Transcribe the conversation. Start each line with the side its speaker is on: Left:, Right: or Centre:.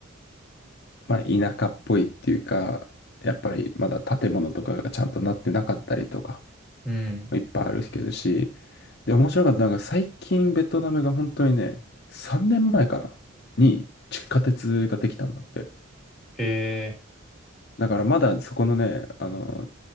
Left: まあ田舎っぽいっていうか、やっぱりまだ建物とかがちゃんとなってなかったりとか、
Centre: うん。
Left: いっぱいあるけどし、で、面白かったのが最近ベトナムが本当にね、3年前かなに地下鉄ができたんだって。
Centre: へえ
Left: だからまだそこのね、あの、